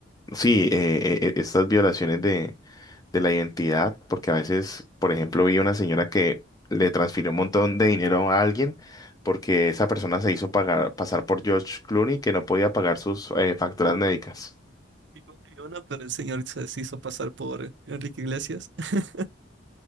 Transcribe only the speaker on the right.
Y un- y una, pero el señor se se hizo pasar por Enrique Iglesias. <laughs>